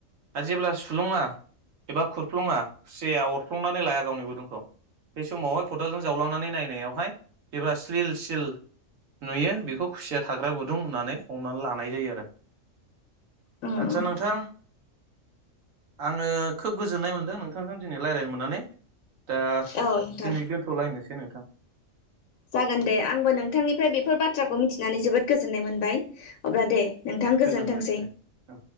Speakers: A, on the right; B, on the left.
A: आरो जेब्ला थुलुङा एबा खुरफ्लुङा खुसिया अरफ्लंनानै लाया गावनि गुदुंखौ बे समावहाय खदालजों जावलांनानै नायनायावहाय जेब्ला स्लिल सिल नुयो बेखौ खुसिया थाग्रा गुदुं होननानै हमनानै लानाय जायो आरो
B: औ
A: आदसा नोंथां। आङो खोब गोजोननाय मोन्दों नोंथांजों दिनै रायज्लायनो मोननानै दा
B: औ नोंथां
A: दिनै दोनथ'लायनोसै नोंथां।
B: जागोन दे आंबो नोंथांनिफ्राय बेफोर बाथ्राखौ मिथिनानै जोबोद गोजोननाय मोनबाय। ओस अब्ला दे नोंथां गोजोनथोंसै।
A: गोजोनलाय दे औ